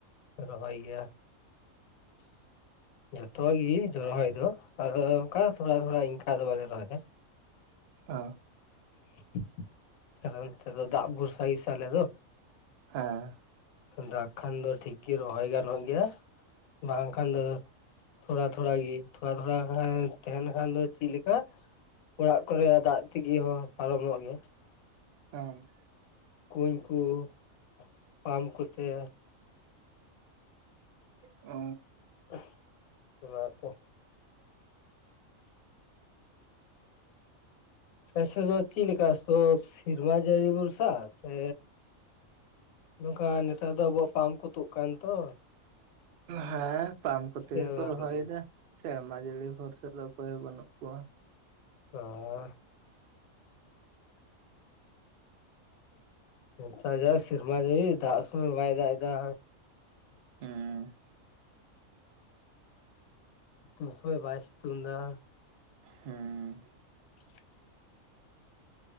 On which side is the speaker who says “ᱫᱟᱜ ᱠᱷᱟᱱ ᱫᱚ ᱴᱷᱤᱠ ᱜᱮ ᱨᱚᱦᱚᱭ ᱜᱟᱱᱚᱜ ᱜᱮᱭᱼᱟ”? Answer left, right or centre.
Left